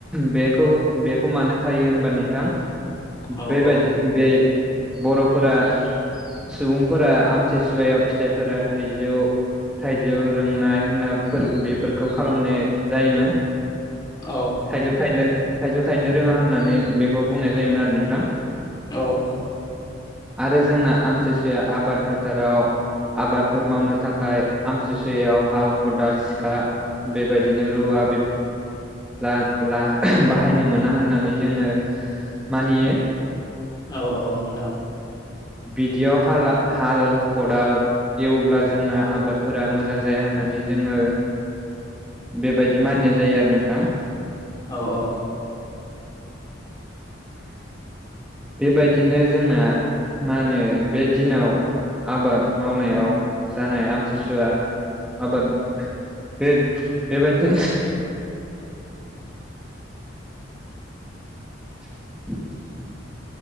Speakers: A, in the centre; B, on the left (about 25°).
A: बेखौ बेखौ मानो खायो होनबा नोंथां
B: औ
A: बेबायदि
B: औ
A: बे बर'फोरा सुबुंफोरा आमथिसुवायाव फिथाइफोरा थाइजौ थाइजौ रोंनाय होनना बेफोरखौ खालामनाय जायोमोन।
B: औ औ
A: थाइजौ थाइनो थाइजौ थायनो रोङा होननानै बेखौ बुंनाय जायोमोन आरो नोंथां।
B: औ औ
A: आरो जोंना आमथिसुया आबाद फोथाराव आबादफोर मावनो थाखाय आमसुसुयायाव हाल खदाल सिखा बेबायदिनो रुवा बाहायनो मोना होननानै जोङो। मानियो
B: औ औ नोंथां
A: बिदियाव हा हाल खदाल एवब्ला जोंना आबादफोरा मोजां जाया होननानै जोङो बेबायदि मानिनाय जायो आरो नोंथां
B: औ औ
A: <inaudible> बेबायदिनो जोंना मा होनो बे दिनाव आबाद मावनायाव जानाय आमथिसुवा आबाद बे बेबायदि <inaudible>